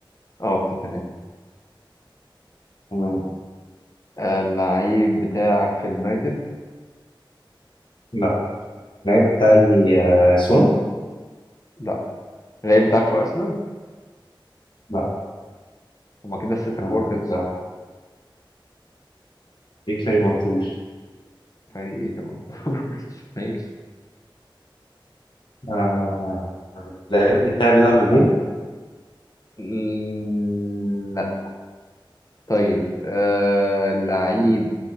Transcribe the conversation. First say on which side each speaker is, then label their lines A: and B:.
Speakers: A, on the left; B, on the left.
A: اه في توتنهام
B: مم.
A: آه، اللعيب بتاعك في اليونايتد
B: لا اللعيب بتاعي آه، سون
A: لا اللعيب بتاعك في أرسنال
B: لا
A: هما كده الستة
B: آه،
A: كور خلصوا
B: لا بيك فريق مرفوض
A: فريق ايه اللي منطقه <laughs> ماشي
B: آه، اللعيب بتاعي بيلعب هجوم
A: مم، لا طيب آه اللعيب